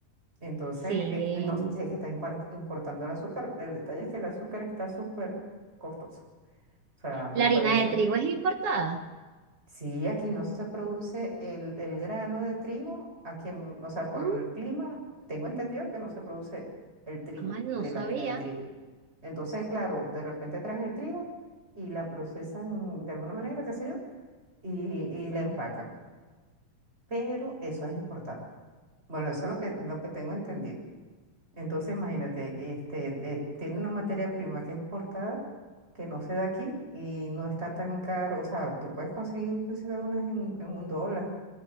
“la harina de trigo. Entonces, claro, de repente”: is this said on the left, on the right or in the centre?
Right